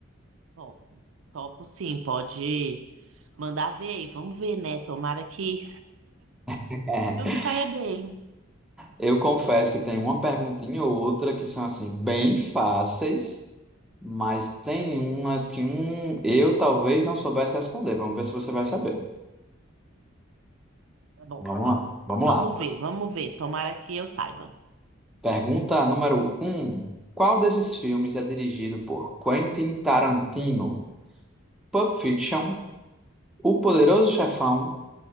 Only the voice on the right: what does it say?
Topo, topo sim, pode mandar ver aí, vamos ver, né? Tomara que
eu me saia bem.
Tá bom,
vamos
ver, vamos ver, tomara que eu saiba.